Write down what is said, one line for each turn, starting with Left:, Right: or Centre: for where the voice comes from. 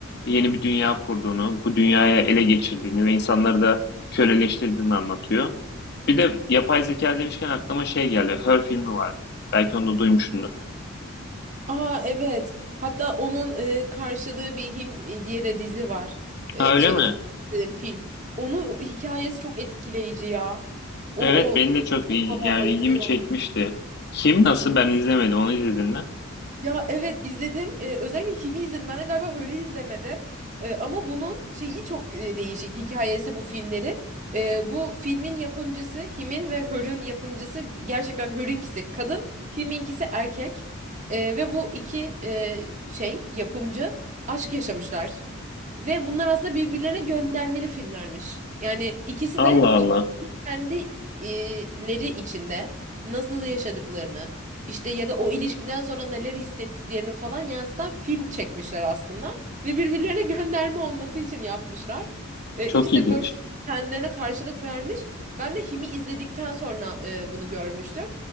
Left: yeni bir dünya kurduğunu, bu dünyaya ele geçirdiğini ve insanları da köleleştirdiğini anlatıyor. Bir de yapay zeka demişken aklıma şey geldi. Her filmi var. Belki onu da duymuşsundur.
Right: Aa evet. Hatta onun e, karşılığı bir him e, diye de dizi var. E,
Left: Ha öyle
Right: şey
Left: mi?
Right: özür dilerim film. Onun hikayesi çok etkileyici ya. O
Left: Evet
Right: o
Left: benim de çok il-
Right: ona
Left: yani
Right: ben bayılıyorum.
Left: ilgimi çekmişti. Kim nasıl ben izlemedim. Onu izledin mi?
Right: Ya evet izledim. Ee, özellikle Him'i izledim. Ben de galiba Hör'ü izlemedim. Ee, ama bunun şeyi çok e, değişik hikayesi bu filmlerin. Ee, bu filmin yapımcısı Him'in ve Hör'ün yapımcısı gerçekten Hör'ünkisi kadın, Him'inkisi erkek. Ee, ve bu iki e, şey yapımcı aşk yaşamışlar. Ve bunlar aslında birbirlerine göndermeli filmlermiş. Yani ikisi
Left: Allah
Right: de
Left: Allah.
Right: kendi e, içinde nasıl yaşadıklarını işte ya da o ilişkiden sonra neler hissettiklerini falan yansıtan film çekmişler aslında. Ve birbirlerine <laughs> gönderme olması için yapmışlar. E,
Left: Çok
Right: ikisi
Left: ilginç.
Right: de böyle kendilerine karşılık vermiş. Ben de Him'i izledikten sonra e, bunu görmüştüm.